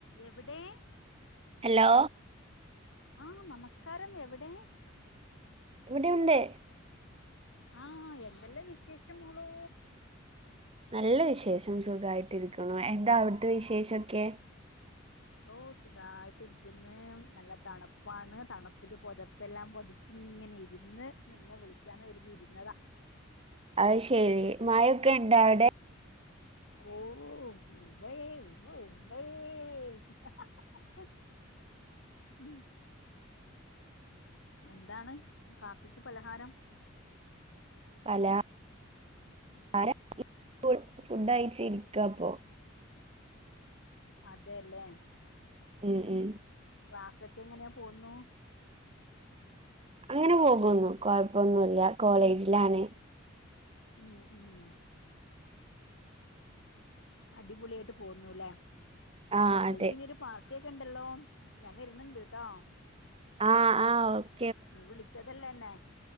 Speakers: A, on the left; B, on the right.
A: എവിടെ.
B: അലോ.
A: ആഹ് നമസ്കാരം എവിടെ.
B: ഇവിടെയുണ്ട്.
A: ആഹ് എന്തെല്ലാം വിശേഷം മോളൂ?
B: നല്ല വിശേഷം സുഖായിട്ടിരിക്ക്ണു. എന്താ അവ്ടുത്തെ വിശേഷൊക്കെ.
A: ഓഹ് സുഖായിട്ട് ഇരിക്ക്ന്ന്. നല്ല തണ്പ്പാണ്. തണുപ്പില് പൊതപ്പെല്ലാം പൊതച്ചി ങ്ങനെ ഇരുന്ന് നിന്നെ വിളിക്കാന്ന് കരുതിയിര്ന്നതാ.
B: അയ് ശെരി മയൊക്കെ ഇണ്ടാ അവ്ടെ?
A: ഓഹ് ഉവ്വേ ഉവ് ഉവ്വേ ‌ ഉം. എന്താണ് കാപ്പിക്ക് പലഹാരം?
B: പല ആരം ഇപ്പോ ഫുഡയിച്ച് ഇരിക്കപ്പൊ
A: അതെല്ലേ
B: ഉം ഉം.
A: ക്ലാസൊക്കെ എങ്ങനെ പോവുന്നു?
B: അങ്ങനെ പോകുന്നു കൊഴപ്പൊന്നുല്ല കോളേജിലാണ്.
A: ഉം ഉം. അടിപൊളിയായിട്ട് പോവുന്നുല്ലേ
B: ആഹ്
A: കോളേജിൽ
B: അതെ
A: ഇനിയൊരു പാർ കുട്ട്യോക്കെണ്ടല്ലോ ഞാൻ വര്ന്ന്ണ്ട് ട്ടോ.
B: ആഹ് ആഹ് ഓക്
A: നീ വിളിച്ചതല്ലേന്നെ